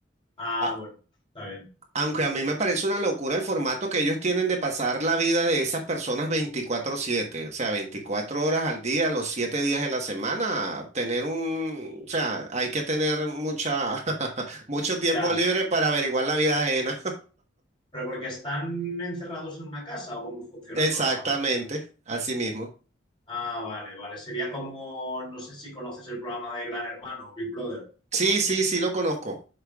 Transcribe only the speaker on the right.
A-
Aunque a mí me parece una locura el formato que ellos tienen de pasar la vida de esas personas 24/7, o sea, 24 horas al día, los 7 días de la semana, tener un, o sea, hay que tener mucha, <laughs> mucho tiempo
libre para averiguar la vida ajena.
Exactamente,
así mismo.
Sí, sí, sí lo conozco.